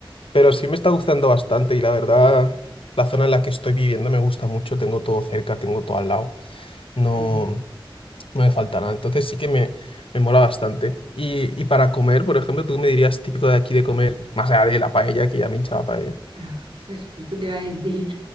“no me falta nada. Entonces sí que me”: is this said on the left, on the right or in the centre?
Left